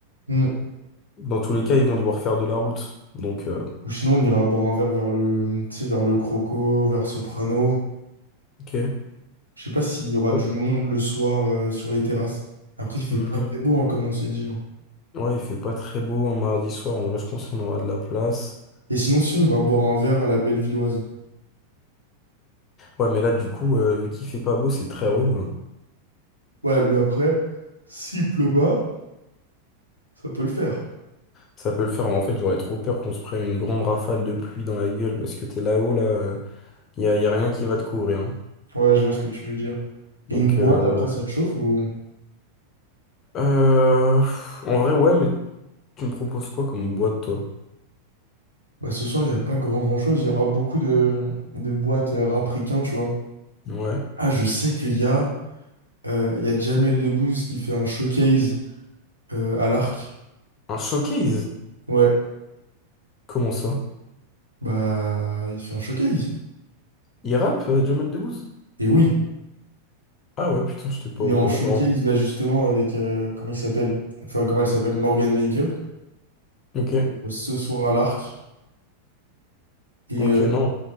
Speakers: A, on the right; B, on the left.
A: Mm.
B: Dans tous les cas, ils vont devoir faire de la route. Donc, euh,
A: Ou sinon, on ira boire un verre vers le, tu sais, vers le Croco, vers Soprano.
B: ok.
A: Je sais pas s'il y aura
B: Ouais.
A: du monde le soir euh, sur les terrasses. Après, il fait
B: Mhm.
A: pas très beau, hein, comme on s'est dit. hein.
B: Ouais, il fait pas très beau un mardi soir. En vrai, je pense qu'on aura de la place.
A: Et sinon, si on va boire un verre à la Bellevilloise.
B: Ouais, mais là, du coup, euh, vu qu'il fait pas beau, c'est très relou, là.
A: Ouais, mais après, s'il pleut pas, ça peut le faire.
B: Ça peut le faire, mais en fait, j'aurais trop peur qu'on se prenne une grande rafale de pluie dans la gueule parce que t'es là-haut, là. Il y a, y a rien qui va te couvrir. hein.
A: Ouais, je vois ce que tu veux dire.
B: Donc,
A: Et une boîte,
B: euh,
A: après, ça te chauffe ou...
B: Euh, en vrai, ouais, mais tu me proposes quoi comme boîte, toi?
A: Bah, ce soir, il n'y a pas grand grand chose. Il y aura beaucoup de, de boîtes euh, rap ricain, tu vois.
B: Ouais.
A: Ah, je sais qu'il y a, euh, il y a Jamel Debbouze qui fait un showcase euh, à l'Arc.
B: Un showcase?
A: Ouais,
B: Comment ça?
A: bah, il fait un showcase.
B: Il rappe, euh, Jamel Debbouze?
A: Et oui.
B: Ah ouais, putain, j'étais pas
A: Il
B: au
A: est en
B: courant.
A: showcase là justement avec, euh, comment il s'appelle? Enfin, comment elle s'appelle? Morgan Makeup,
B: Bah, ok,
A: euh, ce soir à l'Arc. Et,
B: ok,
A: euh,
B: non,